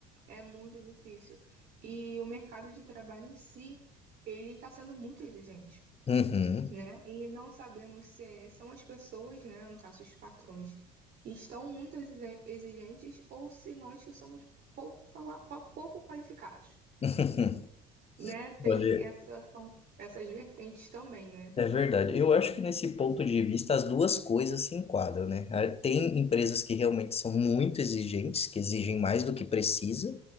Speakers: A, on the right; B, on the left.
A: É muito difícil. E o mercado de trabalho em si, ele está sendo muito exigente.
B: Uhum.
A: né? E não sabemos se são as pessoas, né, no caso os patrões, que estão muito exi- exigentes ou se nós que somos pouco, qua- qua- pouco qualificados,
B: <laughs>
A: né? Tem
B: Olha,
A: essa, são essas vertentes também, né?
B: É verdade. Eu acho que nesse ponto de vista as duas coisas se enquadram, né? Ah, Tem empresas que realmente são muito exigentes, que exigem mais do que precisa,